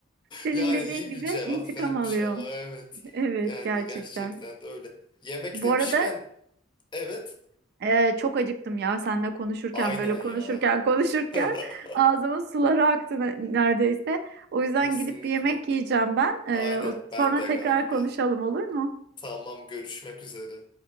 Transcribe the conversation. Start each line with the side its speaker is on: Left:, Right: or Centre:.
Right: Senin
Left: Yani
Right: dediğin
Left: iyi
Right: gibi
Left: bir cevap
Right: intikam
Left: vermiş
Right: alıyor.
Left: ama evet.
Right: Evet
Left: Yani
Right: gerçekten.
Left: gerçekten de öyle. Yemek
Right: Bu
Left: demişken
Right: arada
Left: evet.
Right: e, çok acıktım ya seninle konuşurken
Left: Aynen
Right: böyle
Left: ya.
Right: konuşurken konuşurken
Left: <laughs>
Right: ağzımın suları aktı ne- neredeyse. O yüzden
Left: Kesinlikle.
Right: gidip bir yemek yiyeceğim ben. E,
Left: Aynen
Right: o-
Left: ben
Right: sonra
Left: de
Right: tekrar
Left: galiba.
Right: konuşalım olur mu?
Left: Tamam görüşmek üzere.